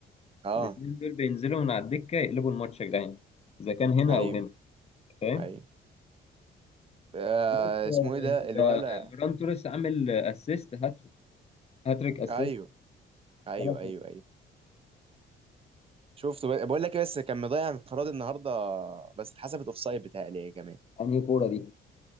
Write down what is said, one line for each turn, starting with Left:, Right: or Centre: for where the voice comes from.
Right: اه
Left: الاثنين دول بينزلوا من على الدكه يقلبوا الماتش يا جدعان اذا كان هنا
Right: ايوه
Left: او هنا فاهم
Right: ايوه آه
Left: بس آه،
Right: اسمه ايه ده
Left: ده
Right: الولا
Left: فيران توريس عامل اسيست هاتريك هاتريك اسيست
Right: ايوه ايوه
Left: ثلاث اسيست
Right: ايوه ايوه شفته بقى- بقول لك إيه، بس كان مضيع انفراد النهارده بس اتحسبت اوفسايد بتهيألي كمان
Left: انهي كوره دي